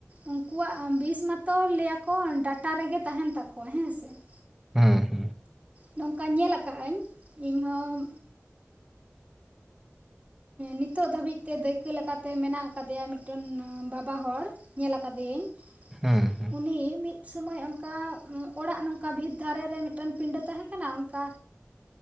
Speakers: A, on the right; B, in the centre.
A: ᱩᱱᱠᱩᱣᱟᱜ ᱵᱤᱥ ᱢᱟᱛᱚ ᱞᱟᱹᱭᱟᱠᱚ ᱰᱟᱴᱟ ᱨᱮᱜᱮ ᱛᱟᱦᱮᱱ ᱛᱟᱠᱚᱣᱟ ᱦᱮᱸ ᱥᱮ ᱾
B: ᱦᱮᱸ ᱦᱮᱸ ᱾
A: ᱱᱚᱝᱠᱟ ᱧᱮᱞ ᱟᱠᱟᱜᱟᱹᱧ ᱤᱧᱦᱚᱸ ᱱᱤᱛᱚᱜ ᱫᱷᱟᱹᱵᱤᱡ ᱛᱮ ᱫᱟᱹᱭᱠᱟᱹ ᱞᱮᱠᱟᱛᱮ ᱢᱮᱱᱟᱜ ᱟᱠᱟᱫᱮᱭᱟ ᱢᱤᱫᱴᱮᱱ ᱵᱟᱵᱟ ᱦᱚᱲ ᱾ ᱧᱮᱞ ᱟᱠᱟᱫᱮᱭᱟᱹᱧ ᱾
B: ᱦᱮᱸ ᱾
A: ᱩᱱᱤ ᱢᱤᱫ ᱥᱚᱢᱚᱭ ᱚᱱᱠᱟ ᱚᱲᱟᱜ ᱱᱚᱝᱠᱟ ᱵᱷᱤᱛ ᱫᱷᱟᱨᱮ ᱨᱮ ᱢᱤᱫᱴᱮᱱ ᱯᱤᱸᱰᱟᱹ ᱛᱟᱦᱮᱸ ᱠᱟᱱᱟ ᱚᱱᱠᱟ